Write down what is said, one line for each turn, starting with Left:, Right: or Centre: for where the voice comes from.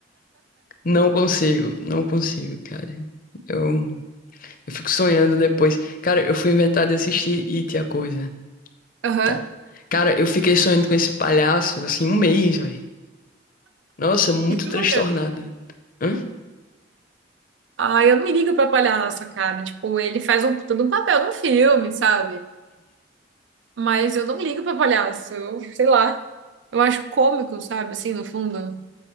Left: Não consigo, não consigo, cara. Eu, eu fico sonhando depois. Cara, eu fui inventar de assistir It, a coisa,
Right: Aham.
Left: tá? Cara, eu fiquei sonhando com esse palhaço, assim, um mês, velho. Nossa, muito
Right: Jura?
Left: transtornada. Hã?
Right: ah eu não me ligo pra palhaço, cara. Tipo, ele faz um todo um papel no filme, sabe? Mas eu não me ligo pra palhaço. Eu, sei lá. Eu acho cômico, sabe? Assim, no fundo.